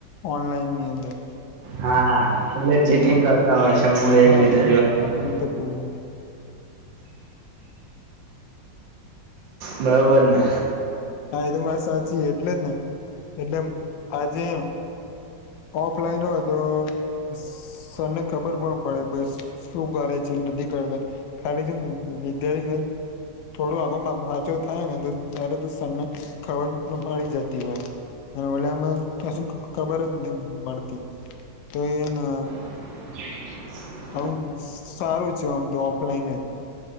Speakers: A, on the left; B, on the right.
A: ઓનલાઈન ની અંદર.
B: હા એટલે ચીટિંગ કરતા હોય છે મૂળ એક
A: હા
B: રીતે
A: એવું
B: જોવા.
A: થતું હોય
B: બરોબર ને?
A: હા એ તો મા સાચી એટલે જ ને એટલે આજેનું- - ઓફલાઈન હોય તો- - સરને ખબર પણ પડે બસ શું કરે છે નથી કરતા- - ખાલી વિદ્યાર્થી થોડું આગોચો થાય ને તો ત્યારે તો- - તને ખબર મળી જતી હોય. અને વમાં કશું ખબર જ નથી પડતી. તો એને- -
B: <inaudible>
A: આું સારું છે આમ તો ઓફલાઈન જ.